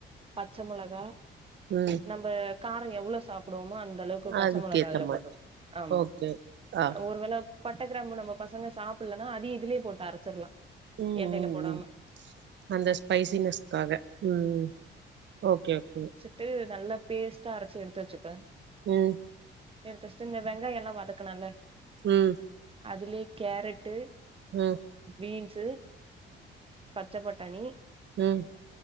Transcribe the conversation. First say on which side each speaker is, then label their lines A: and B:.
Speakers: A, on the right; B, on the right.
A: பச்ச மொளகா
B: ம்
A: நம்ப காரோ எவ்ளோ சாப்புடுவோமோ அந் அந்தளவுக்கு பச்ச
B: அதுக்கேத்த
A: மொளகா அதுல
B: மாரி
A: போட்றனு ஆமா
B: ஓகே ஆ
A: ஒருவேள பட்ட கிராம்பு நம்ம பசங்க சாப்புலனா அதயு இதிலே போட்டு அரச்சுறலா
B: ம்
A: எண்ணெய்ல
B: ம்
A: போடாம
B: ம் அந்த ஸ்பைசினஸ்க்காக ம் ஓக்கே ஓக்கே
A: ட்டு நல்லா பேஸ்ட்டா அரச்சு எடுத்து வச்சுப்பே
B: உம்
A: எடுத்துஸ்டு இந்த வெங்காயோ எல்லா வதக்கலால
B: உம்
A: அதுலேயே கேரட்டு
B: உம்
A: பீன்ஸு பச்ச பட்டாணி
B: உம்